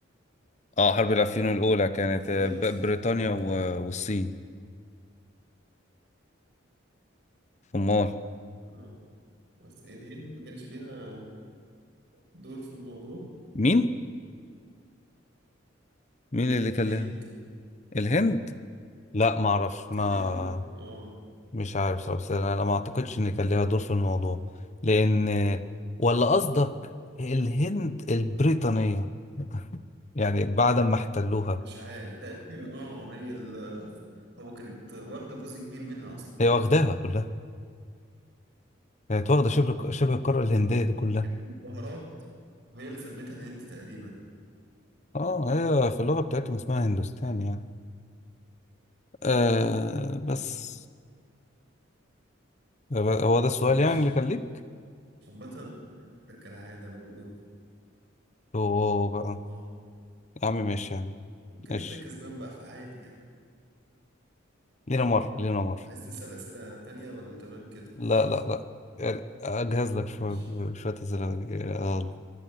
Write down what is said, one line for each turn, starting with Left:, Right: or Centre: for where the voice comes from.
Left: اه حرب العفيون الأولى كانت
Right: ده
Left: آه،
Right: هي
Left: ب-
Right: أصلا
Left: بريطانيا
Right: أعتقد
Left: و- والصين أمال
Right: آه. بس الهند ما كانش ليها دور في الموضوع
Left: مين مين اللي
Right: الهند
Left: كان الهند لا ما اعرفش
Right: كان
Left: ما
Right: ليها دور آه
Left: مش عارف صراحة بس انا ما اعتقدش ان كان ليها دور في الموضوع لان ولا قصدك الهند البريطانية يعني بعد ما احتلوها
Right: مش عارف تقريبا آه هي ال هو كانت واخدة جزء كبير منها أصلا
Left: هي واخداها كلها كانت واخدة
Right: آه
Left: شبه شبه القارة
Right: يعني
Left: الهندية دي كلها
Right: كانت بهارات وهي اللي سميتها الهند تقريبا
Left: اه هي في اللغة بتاعتهم اسمها هندوستان يعني آه بس هو ده السؤال
Right: ماشي
Left: يعني اللي كان ليك
Right: عامة ده كالعادة برضو
Left: هو بقى
Right: اه
Left: يا عم ماشي يا عم
Right: وكده
Left: ماشي
Right: كده كسبان بقى فعادي يعني.
Left: لينا مرة لينا مرة
Right: عايز تسأل أسئلة تانية ولا تمام كده
Left: لا لا لا يعني أجهز لك شوية
Right: ماشي
Left: شوية أسئلة